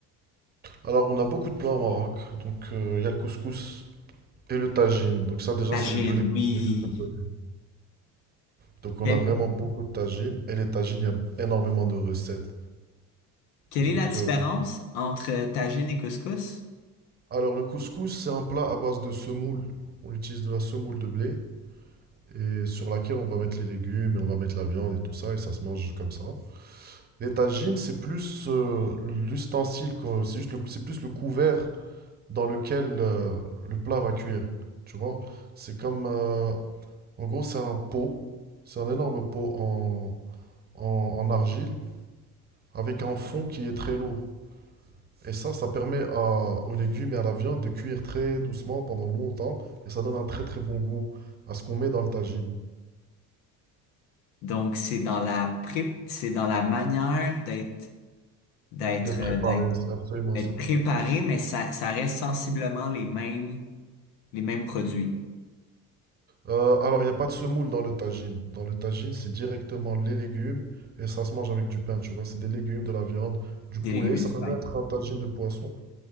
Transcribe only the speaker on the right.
Alors, on a beaucoup de plats au Maroc. Donc, euh, il y a le couscous et le tagine. Donc, ça, déjà,
c'est les deux les, les
plus connus. Donc,
on a vraiment beaucoup de tagines. Et les tagines, il y a énormément de recettes.
Donc,
euh,
alors, le couscous, c'est un plat à base de semoule. On utilise de la semoule de blé et sur laquelle on va mettre les légumes et on va mettre la viande et tout ça. Et ça se mange comme ça. Les tagines, c'est plus euh, l'ustensile, quoi. c'est juste le- c'est plus le couvert. dans lequel euh, le plat va cuire. Tu vois? C'est comme. euh, en gros, c'est un pot. C'est un énorme pot en, en- en argile avec un fond qui est très lourd. Et ça, ça permet à- aux légumes et à la viande de cuire très doucement pendant longtemps. Et ça donne un très très bon goût à ce qu'on met dans le tagine.
D'être préparé,
c'est absolument
ça.
Euh, alors, il n'y a pas de semoule dans le tagine. Dans le tagine, c'est directement les légumes et ça se mange avec du pain, tu vois. C'est des légumes, de la viande, du
poulet.
Ça
peut
même être un tagine de poisson.